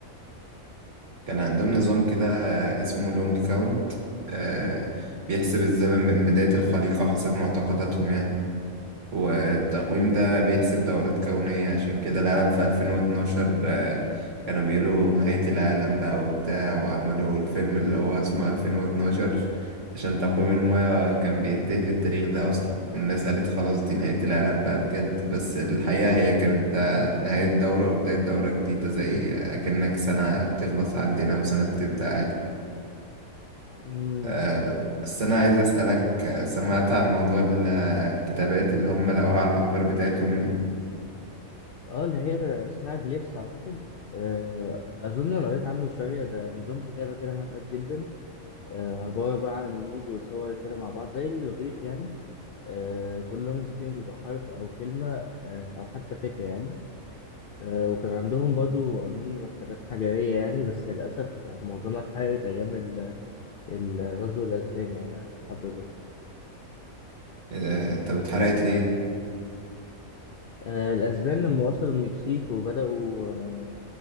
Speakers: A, on the right (about 60°); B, on the left (about 65°).
A: كان عندهم نظام كده اسمه لونج كاونت آه، بيحسب الزمن من بداية الخليقة حسب معتقداتهم يعني والتقويم ده بيحسب دورات كونية عشان كده العالم في 2012 آه، كانوا بيقولوا نهاية العالم بقى وبتاع وعملوا الفيلم اللي هو اسمه 2012 عشان تقويم المياه كان بينتهي في التاريخ ده أصلا والناس قالت خلاص دي نهاية العالم بقى بجد بس الحقيقة هي كانت ده نهاية دورة وبداية دورة جديدة زي أكنك سنة بتخلص عندنا وسنة بتبدأ عادي
B: امم
A: آه، ب- بس أنا عايز أسألك آه، سمعت عن موضوع الكتابات اللي هم لقوها على الأحجار بتاعتهم دي
B: اه اللي هي اسمها جليفس اعتقد آه، اظن أنا قريت عنه شويه ده نظام كتابه كده معقد جدا آه، عباره بقى عن رموز وصور كده مع بعض زي الرغيف يعني آه، كل رمز فيهم بيبقى حرف او كلمه آه، او حتى فكره يعني آه، وكان عندهم برضو اظن مكتبات حجريه يعني بس للاسف معظمها اتحرقت ايام ال- الغزو الاسباني يعني على حد اظن
A: إيه ده؟ طب اتحرقت ليه؟
B: آه، الأسبان لما وصلوا المكسيك وبدأوا آه،